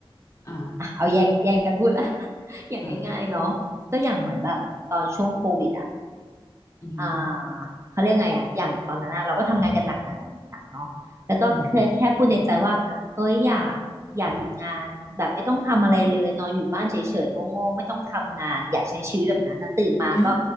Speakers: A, on the left (about 30°); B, on the right (about 30°).
A: อ่า
B: อ่ะเอาแยกแยกกันพูดละ <laughs> อย่างง่ายๆเนาะ
A: อ่า
B: ก็อย่างเหมือนแบบตอนช่วงโควิดอ่ะ
A: อือหือ
B: อ่าเขาเรียกไงอ่ะอย่างตอนนั้นอะเราก็ทำงานกันหนักหนักหนักหนักเนาะแล้วก็เคยแค่พูดในใจว่าเอ้ยอยากอยากหยุดงานแบบไม่ต้องทำอะไรเลยนอนอยู่บ้านเฉยๆโง่ๆไม่ต้องทำงานอยากใช้ชีวิตแบบนั้นนะตื่นมาก็
A: อืมเออ